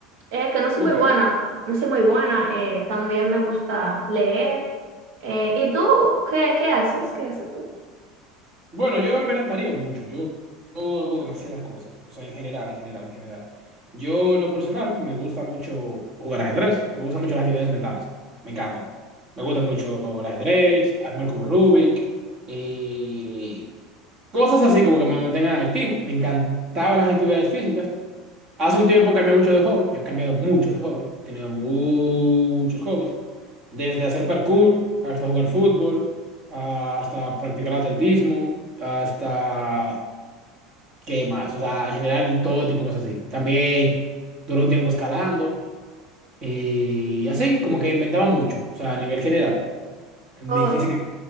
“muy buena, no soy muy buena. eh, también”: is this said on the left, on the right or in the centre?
Right